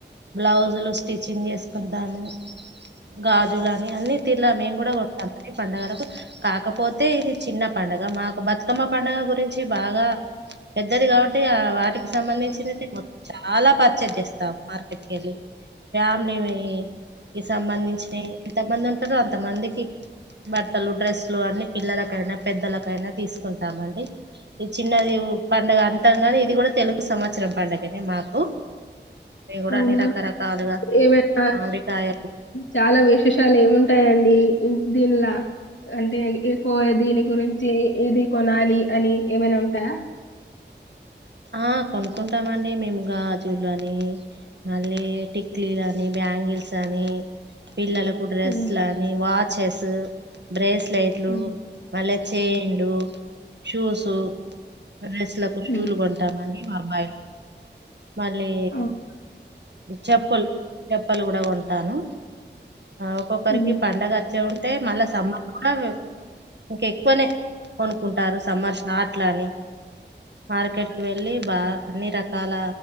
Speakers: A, on the right; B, on the left.
A: బ్లౌజులు స్టిచ్చింగ్ చేసుకుంటాము గాజులు అని అన్ని తీర్ల మేము కూడా కొ టి పండుగలకు కాకపోతే ఇది చిన్న పడుగ మాకు బతుకమ్మ పండుగ గురించి బాగా పెద్దది కాబట్టి వాటికి సంబంధించి త్తం చాలా పర్చేస్ చేస్తాం మార్కెట్ వెళ్ళి ఫ్యామిలీ కి ఇ సంబంధించినయి ఎంతమంది ఉంటారు అంత మందికి బట్టలు డ్రెస్లు అన్ని పిల్లలకైనా పెద్దలకైనా తీసుకుంటామండి చి చిన్నది పండుగ అంటం గాని ఇది కూడా తెలుగు సంవత్సరం పండుగనే మాకు మేము కూడా
B: అవునా
A: అన్ని రకరకాలుగా
B: ఏమైనా
A: మామిడికాయ
B: చాలా విశేషాలు ఏముంటాయండి దీనిలా అంటే ఎక్కువ దీని గురించి ఇది కొనాలి అని ఏమైనా ఉంటాయా
A: ఆ కొనుక్కుంటామండి మేము గాజులు అని మళ్ళీ టిక్లీలు అని బ్యాంగిల్స్ అని పిల్లలకు డ్రెస్
B: ఉమ్,
A: లేని వాచెస్ బ్రేస్లె స్లైట్లు
B: ఉమ్,
A: మళ్ళీ చైన్లు షూస్ బాయ్స్లకు షూస్
B: ఉమ్,
A: లు కొంట అ అబ్బాయి మళ్ళీ
B: అవు-
A: చెప్పులు చెప్పలు కూడా కొంటాను ఒక్కొక్కరికి
B: ఉమ్,
A: పండుగ వచ్చ ఉంటే మళ్ళా సమ్మర్ కూడా ఇంకెక్కువనే కొనుకుంటారు సమ్మర్ షాట్లని మార్కెట్ వెళ్ళి బా అన్ని రకాల